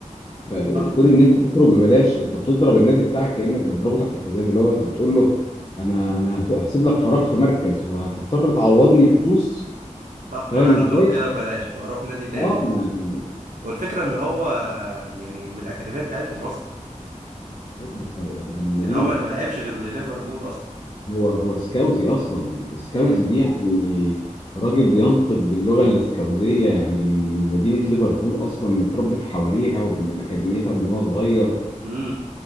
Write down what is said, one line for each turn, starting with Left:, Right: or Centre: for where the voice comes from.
Left: فكون
Right: صح
Left: ان انت تخرج ببلاش انت بتضرب النادي بتاعك كانك بتضربه تحت الحزام اللي هو انت بتقول له انا انا هف- هسيب لك فراغ في مركز وهتضطر تعوضني بفلوس
Right: صح
Left: فاهم
Right: وانا
Left: ازاي؟
Right: هخرج كده ببلاش واروح نادي تاني
Left: اه ما ده
Right: والفكرة ان هو يعني من الاكاديمية بتاعتهم اصلا
Left: ده من المدينه
Right: يعني هو ما ما لعبش غير لليفربول اصلا
Left: هو هو سكاوزي اصلا سكاوزي
Right: امم
Left: دي يعني راجل بينطق باللغه الاسكاوزيه يعني من من مدينه ليفربول اصلا متربي في حواريها ومن اكاديميتها من وهو صغير
Right: امم